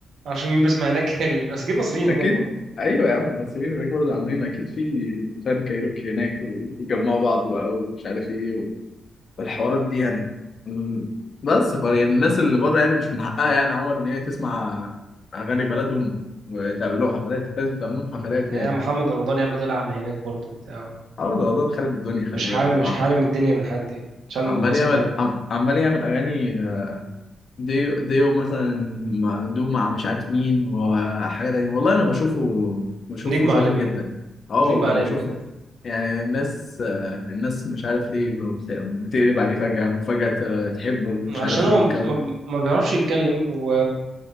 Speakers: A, on the right (about 75°); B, on the left (about 50°).
A: ما اعرفش مين بيسمع هناك <laughs> ال- بس اكيد مصريين
B: اكيد
A: هناك برضه
B: ايوه يا عم المصريين هناك برضه عاملين اكيد في فان كايروكي هناك وبيجمعوا بعض بقى ومش عارف ايه والحوارات دي يعني مم. بس ف يعني الناس اللي بره يعني مش من حقها يعني يا عمر ان هي تسمع اغاني بلدهم وتعمل لهم حفلات لازم تعمل لهم حفلات
A: يا
B: يعني
A: محمد رمضان يعمل دول عمل هناك برضه بتاع
B: عمر ده والله خارب الدنيا
A: مش
B: خلي
A: حارم
B: بالك
A: مش
B: عم-
A: حارم الدنيا من حد يعني مش حارم
B: عمال
A: الناس
B: يعمل
A: من حاجه
B: عم- عمال يعمل اغاني ديو ديو مثلا مع- دو مع مش عارف مين وحاجه تانية والله انا بشوفه بشوفه
A: نجم
B: شاطر
A: عالمي
B: جدا
A: يعني،
B: اه والله
A: نجم عالمي
B: بشوفه
A: بجد
B: يعني الناس آه، الناس مش عارف ليه بت- بتقلب عليه فجأة فجأة تحبه
A: عشان
B: مش عارف
A: هو
B: ايه
A: ما ما بيعرفش يتكلم و